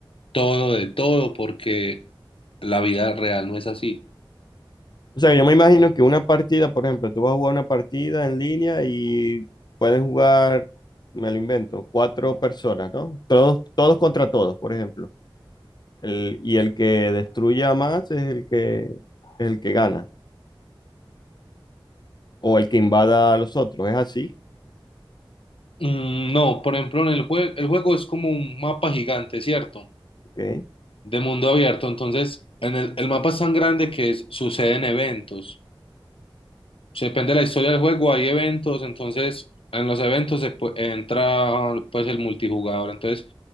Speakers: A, on the left; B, on the left.
A: todo de todo porque la vida real no es así.
B: O sea, yo me imagino que una partida, por ejemplo, tú vas a jugar una partida en línea y pueden jugar, me lo invento, cuatro personas, ¿no? Todos, todos contra todos, por ejemplo. El- y el que destruya más es el que, es el que gana, o el que invada a los otros, es así,
A: Mm, No, por ejemplo, en el juego, el juego es como un mapa gigante, ¿cierto?
B: ¿ok?
A: De mundo abierto. Entonces, en el, el mapa es tan grande que es- suceden eventos. depende de la historia del juego, hay eventos, entonces en los eventos se pu- entra pues el multijugador, entonces